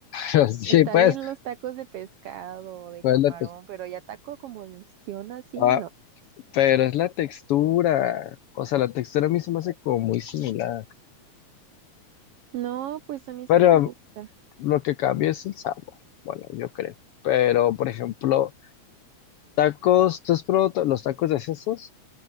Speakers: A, on the left; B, on the right.
A: Pero sí,
B: Está
A: pues,
B: bien los tacos de pescado o de
A: pues
B: camarón,
A: es la
B: pero ya taco como de ostión así,
A: textura.
B: no.
A: pero es la textura. O sea, la textura a mí se me hace como muy similar.
B: No, pues a mí
A: Pero
B: sí me gusta.
A: lo que cambia es el sabor. Bueno, yo creo. Pero, por ejemplo, tacos, ¿tú has probado ta- los tacos de sesos?